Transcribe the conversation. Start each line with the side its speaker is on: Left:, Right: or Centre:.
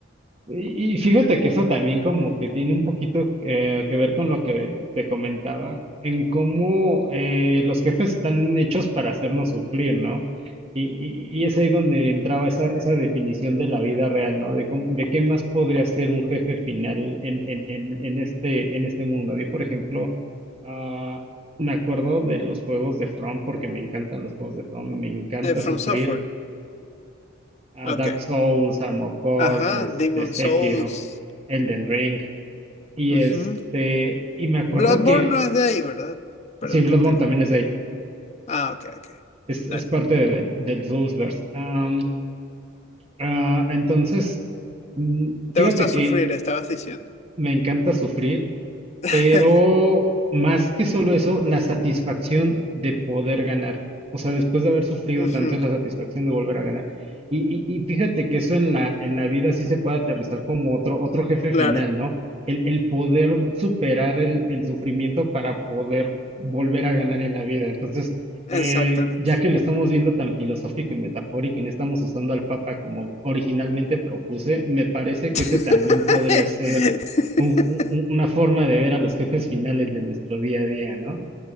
Right: Y, y fíjate que eso también como que tiene un poquito eh, que ver con lo que te comentaba, en cómo eh, los jefes están hechos para hacernos sufrir, ¿no? Y, y- y es ahí donde entraba esa, esa definición de la vida real, ¿no? De, cómo- de qué más podría ser un jefe final en, en, en, en este, en este mundo. A mí, por ejemplo, ah, me acuerdo de los juegos de From porque me encantan los juegos de From, me encanta
Left: De From
Right: sufrir
Left: Software.
Right: a
Left: Ok.
Right: Dark Souls, Armor Core,
Left: Ajá,
Right: este,
Left: Demon
Right: Sekiro,
Left: Souls.
Right: Elden Ring. Y
Left: Ujú.
Right: este, y me acuerdo
Left: Bloodborne
Right: que,
Left: no es de ahí, ¿verdad? Perdón
Right: sí, Bloodborne
Left: que te...
Right: también es de ahí,
Left: Ah, ok, ok.
Right: es,
Left: Dale.
Right: es parte de- del, del Soulsverse. Am, ah, entonces, mm, fíjate
Left: Te gusta sufrir,
Right: que
Left: estabas diciendo.
Right: me encanta sufrir
Left: <laughs>
Right: Pero más que solo eso, la satisfacción de poder ganar. O sea, después de haber sufrido
Left: Ujú,
Right: tanto, es la satisfacción de volver a ganar. Y, y- y fíjate que eso en la, en la vida sí se puede aterrizar como otro, otro jefe
Left: Claro,
Right: final, ¿no? El, el poder superar el, el sufrimiento para poder volver a ganar en la vida. Entonces,
Left: exactamente.
Right: eh, ya que lo estamos viendo tan filosófico y metafórico y no estamos usando al Papa como originalmente propuse, me parece que
Left: <laughs>
Right: ese también podría ser un- un- un- una forma de ver a los jefes finales de nuestro día a día, ¿no?